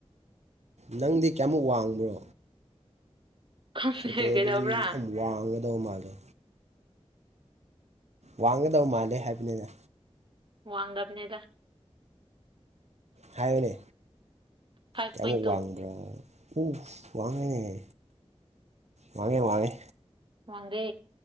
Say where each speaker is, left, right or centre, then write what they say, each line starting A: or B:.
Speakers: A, on the right (about 85°); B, on the right (about 50°).
A: ꯅꯪꯗꯤ ꯀꯌꯥꯃꯨꯛ ꯋꯥꯡꯕ꯭ꯔꯣ
B: ꯈꯪꯗꯦ
A: ꯐꯣꯇꯣ
B: ꯀꯩꯗꯧꯕ꯭ꯔꯥ
A: ꯑꯗꯨꯗꯤ ꯌꯥꯝ ꯋꯥꯡꯒꯗꯕ ꯃꯥꯜꯂꯦ ꯋꯥꯡꯒꯗꯕ ꯃꯥꯜꯂꯦ ꯍꯥꯏꯕꯅꯤꯅ
B: ꯋꯥꯡ ꯗꯕꯅꯦꯗ
A: ꯍꯥꯏꯅꯦ
B: ꯐꯥꯏꯚ
A: ꯀꯃꯨꯛ
B: ꯄꯣꯏꯟ ꯇꯨ
A: ꯋꯥꯡꯕ꯭ꯔꯥ ꯎ ꯋꯥꯉꯦꯅꯦ ꯋꯥꯉꯦ ꯋꯥꯉꯦ
B: ꯋꯥꯡꯗꯦ